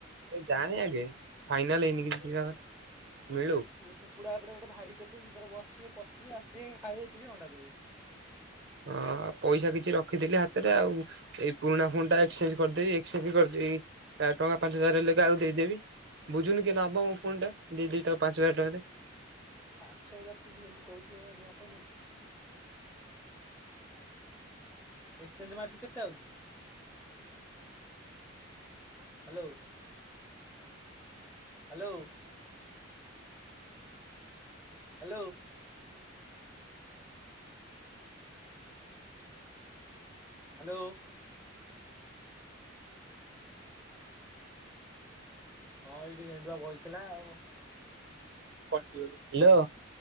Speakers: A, on the right; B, in the centre.
A: ଏ ଯାନି ଆଗେ ଫାଇନାଲ୍ ହେଇନି କିିଛି ବା ମିଳୁ।
B: କୁକୁଡା ଏପଟେ ଗୋଟେ ଭାଡି କରିଦେବେ ସେଥିରେ ବସିବେ ପଶିବେ ଆସିବେ ଖାଇବେ ପିଇବେ ଅଣ୍ଡା ଦେବେ।
A: ଅଁ- ପଇସା କିଛି ରଖିଥିଲି ହାତେରେ ଆଉ। ଏଇ ପୁରୁଣା ଫୋନ୍ ଟା ଏକ୍ସଚେଞ୍ଜ୍ କରିଦେବି ଏକ୍ସଚେଞ୍ଜ କରିଦେବି ଟଙ୍କା ପାଞ୍ଚ ହଜାର୍ ହେଲେ କାହାକୁ ଦେଇଦେବି। ବୁଝୁନୁ କିଏ ନବ ମୋ ଫୋନ୍ ଟା ଦେଇଦବି ତାକୁ ପାଞ୍ଚ ହଜାର୍ ଟଙ୍କାରେ।
B: ପାଞ୍ଚ ହଜାର୍ ତୁ ବି ଯେମିତି କହୁଚୁ ଏ ନୂଆ ଫୋନ୍ ମିଳୁଚି। ଏକ୍ସଚେଞ୍ଜ୍ ମାରିଚୁ କେତେ ଆଉଚି? Hello -hello. ହାଲୋ। ହାଲୋ। ହଁ ଏଇଠି ଗେଣ୍ଡୁଆ ବଇଥିଲା ଆଉ।
A: ହାଲୋ।